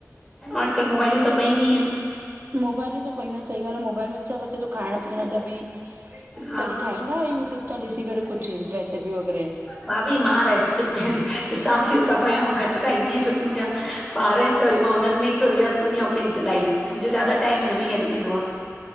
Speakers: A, in the centre; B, on the right.
A: अॼकल्ह मोबाइलूं त पयूं ई आहिन।
B: मोबाइलूं त पयूं एन सही ॻाल्ह आ, मोबाइल में सभ अचे तो, खाइण पीअण जा बि
A: हा
B: कॾी ठाईंदा, यू, ट्यूब ता ॾिसी करे कुछ रेसिपी वग़ैरह?
A: भाभी मां रेसिपिन में ॾिसां ती, सभ आयां, मां घट ठाईंदी आयां, छो कि मुंजा ॿार एन त वरी मां उनन में ई थोड़ो व्यस्त हूंदी आयां, औं, पैंजी सिलाई, मुंजो ज्यादा टाइम हिन में ई हली वेंदो आ।